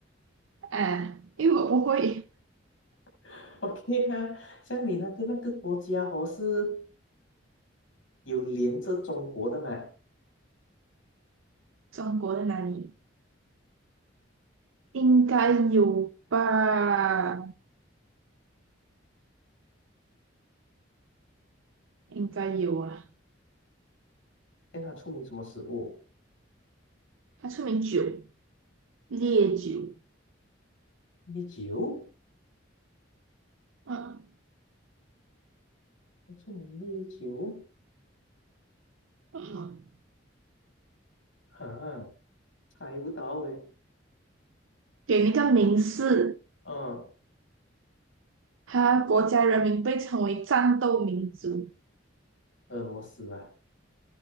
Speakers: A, on the right; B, on the left.
A: 啊，因为我不会
B: <laughs>？OK 啊，像你那个那个国家哦，是有连着中国的嘛？
A: 中国在哪里，应该有吧？应该有啊，
B: 像它出名什么食物？
A: 它出名酒，烈酒。
B: 烈酒。
A: 嗯。
B: 著名烈酒，
A: 嗯
B: 哈，猜不到嘞。
A: 给那个名士，
B: 嗯，
A: 他国家人民被称为战斗民族。
B: 俄罗斯啊，